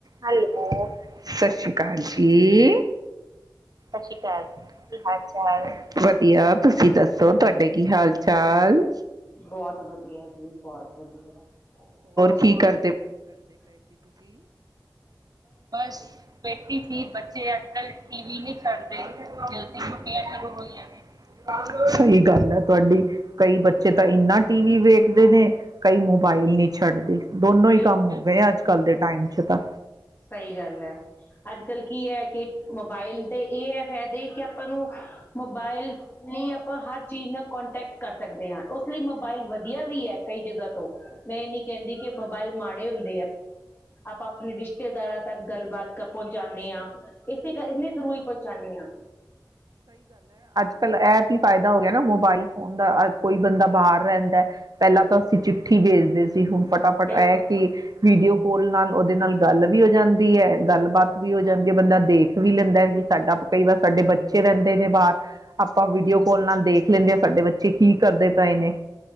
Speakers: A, on the right; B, on the left.
A: Hello, ਸਤਿ ਸ੍ਰੀ ਅਕਾਲ ਜੀ। ਸਤਿ ਸ੍ਰੀ ਅਕਾਲ। ਕੀ ਹਾਲ -ਚਾਲ ਵਧੀਆ ਤੁਸੀਂ ਦੱਸੋ? ਸੋ ਤੁਹਾਡੇ ਕੀ ਹਾਲ- ਚਾਲ
B: ਬਹੁਤ ਵਧੀਆ ਜੀ ਬਹੁਤ ਵਧੀਆ। ਹੋਰ
A: ਕੀ
B: ਸੁਣਾ
A: ਕਰਦੇ ਬਸ, ਬੈਠੀ ਸੀ ਬੱਚੇ ਅੱਜ ਕੱਲ ਟੀਵੀ ਨੀ ਛੱਡਦੇ। ਜਦੋਂ ਦੀ ਛੁੱਟੀਆਂ ਸ਼ੁਰੂ ਹੋਈਆਂ ਨੇ ਸਹੀ ਗੱਲ ਹੈ। ਤੁਹਾਡੀ ਕਈ ਬੱਚੇ
B: ਹਮ,
A: ਤਾਂ ਇਨਾ ਟੀਵੀ ਵੇਖਦੇ ਨੇ ਕਈ ਮੋਬਾਈਲ ਨਹੀਂ ਛੱਡਦੇ ਦੋਨੋਂ ਹੀ
B: ਬਿਲਕੁਲ
A: ਕੰਮ ਹੋ ਗਏ ਅੱਜ ਕੱਲ ਦੇ ਟਾਈਮ ਚ ਤਾਂ
B: ਸਹੀ ਗੱਲ ਹੈ ਅੱਜ ਕੱਲ ਕੀ ਹੈ ਕਿ ਮੋਬਾਇਲ ਦੇ ਇਹ ਏ ਫਾਇਦੇ ਕਿ ਆਪਾਂ ਨੂੰ ਮੋਬਾਇਲ ਨਹੀ ਆਪਾਂ ਹਰ ਚੀਜ਼ ਨਾਲ ਕੋਂਟੈਕਟ ਕਰ ਸਕਦੇ ਹਾਂ ਉਸ ਲਈ ਮੋਬਾਇਲ ਵਧੀਆ ਵੀ ਹੈ ਕਈ ਜਗ੍ਹਾ ਤੋਂ ਮੈਂ ਏ ਨਹੀਂ ਕਹਿੰਦੀ ਕੇਮੋਬਾਇਲ ਮਾੜੇ ਹੁੰਦੇ ਆ ਆਪਾਂ ਆਪਣੇ ਰਿਸ਼ਤੇਦਾਰਾਂ ਤੱਕ ਗੱਲਬਾਤ ਪਹੁੰਚਾਦੇ ਹਾਂ ਇਸੇ ਇਹੇ ਥਰੂ ਹੀ ਪਹੁੰਚਾਦੇ ਹਾਂ
A: ਐਪ ਹੀ ਫਾਇਦਾ ਹੋ ਗਿਆ ਨਾ ਮੋਬਾਇਲ ਫੋਨ ਦਾ ਕੋਈ ਬੰਦਾ ਬਾਹਰ ਰਹਿੰਦਾ ਪਹਿਲਾਂ ਤਾਂ ਅਸੀਂ ਚਿੱਠੀ ਭੇਜਦੇ ਸੀ ਕੀ ਹੋਣ ਫਟਾਫਟ
B: ਬਿਲਕੁਲ
A: ਆ ਕਿ ਵੀਡੀਓ ਕੋਲ ਨਾਲ ਉਹਦੇ ਨਾਲ ਗੱਲ ਵੀ ਹੋ ਜਾਂਦੀ ਹੈ ਗੱਲਬਾਤ ਵੀ ਹੋ ਜਾਂਦੀ ਹੈ ਬੰਦਾ ਵੇਖ ਇਹੀ ਲੈਂਦਾ ਕਿ ਸਾਡਾ ਕਈ ਵਾਰ ਸਾਡੇ ਬੱਚੇ ਰਹਿੰਦੇ ਨੇ ਬਾਹਰ ਆਪਾਂ ਵੀਡੀਓ ਕੋਲ ਨਾਲ ਦੇਖ ਲੈਂਦੇ ਹਾਂ ਸਾਡੇ ਬੱਚੇ ਕੀ ਕਰਦੇ ਪਏ ਨੇ